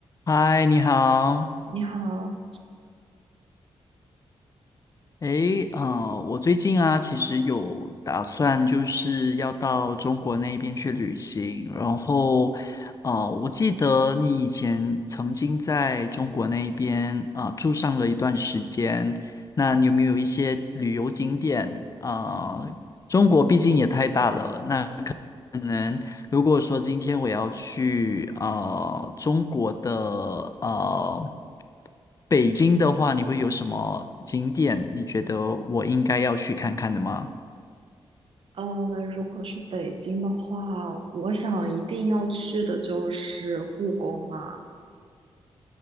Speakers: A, on the left (about 35°); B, on the right (about 65°).
A: 嗨，你好。
B: 你好，
A: 诶，呃，我最近啊，其实有打算就是要到中国那边去旅行，然后，呃，我记得你以前曾经在中国那边啊，住上了一段时间，那你有没有一些旅游景点啊？中国毕竟也太大了，那可能如果说今天我要去呃中国的呃。北京的话，你会有什么景点？你觉得我应该要去看看的吗？
B: 呃，如果是北京的话，我想一定要去的就是故宫啦、